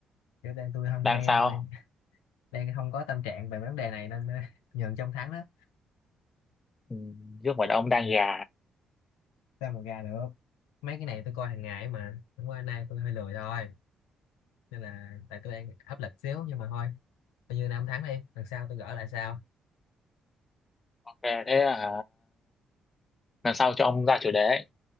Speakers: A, on the left (about 85°); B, on the left (about 35°).
A: kiểu đang tôi không
B: Đang
A: đang
B: sao?
A: tôi đang, đang không có tâm trạng về vấn đề này nên ờ, <laughs> nhường trong thắng đó
B: Ừ, chứ không phải là ông đang gà.
A: sao mà gà được mấy cái này tôi coi hàng ngày ấy mà hôm qua nay tôi hơi lười thôi nên là tại tôi đang áp lực xíu nhưng mà thôi coi như nay ông thắng đi lần sau tôi gỡ lại sau
B: Thế thế à, lần sau cho ông ra chủ đề ấy.